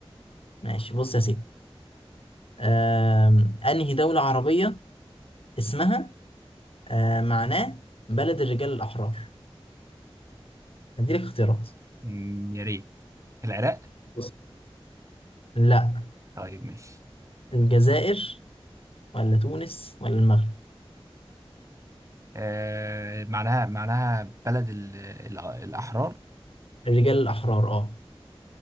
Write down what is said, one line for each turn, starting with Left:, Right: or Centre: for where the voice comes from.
Left: ماشي بص يا سيدي آه انهي دوله عربيه اسمها آه معناه بلد الرجال الأحرار هديلك اختيارات
Right: مم، يا ريت العراق
Left: بص لا
Right: طيب ماشي
Left: الجزائر ولا تونس ولا المغرب
Right: آه معناها معناها بلد ال ال الاحرار
Left: الرجال الأحرار اه